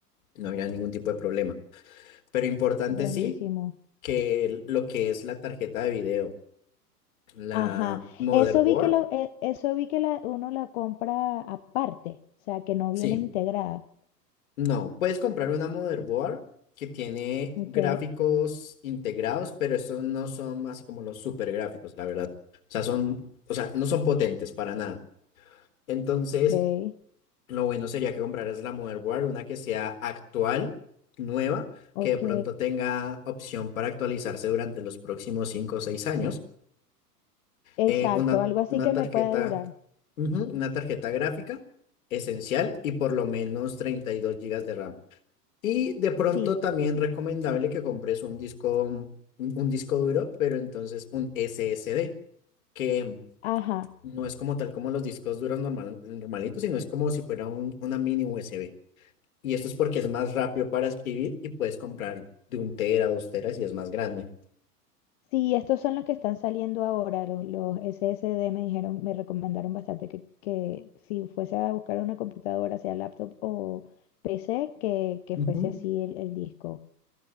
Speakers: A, on the left; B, on the left.
A: no había ningún tipo de problema. Pero importante
B: buenísimo.
A: sí que lo que es la tarjeta de video, la
B: Ajá,
A: motherboard,
B: eso vi que lo, e- eso vi que la, uno la compra aparte, o sea, que no
A: sí,
B: viene integrada.
A: No, puedes comprar una motherboard que tiene
B: Ok,
A: gráficos integrados, pero estos no son así como los super gráficos, la verdad. O sea, son, o sea, no son potentes para nada. Entonces,
B: ok,
A: lo bueno sería que compraras la motherboard, una que sea actual, nueva,
B: ok.
A: que de pronto tenga opción para actualizarse durante los próximos 5 o 6 años.
B: Exacto,
A: Eh, una,
B: algo así
A: una
B: que
A: tarjeta,
B: me pueda durar.
A: ujú, una tarjeta gráfica esencial y por lo menos 32 gigas de RAM. Y de pronto
B: Sí,
A: también recomendable que compres un disco, un, un disco duro, pero entonces un SSD, que
B: ajá.
A: no es como tal como los discos duros normal, normalitos, sino es como si fuera un- una mini USB. Y esto es porque es más rápido para escribir y puedes comprar de un tera, dos teras y es más grande.
B: Sí, estos son los que están saliendo ahora, los, los SSD me dijeron, me recomendaron bastante que, que si fuese a buscar una computadora, sea laptop o PC, que, que
A: Ujú.
B: fuese así el, el disco.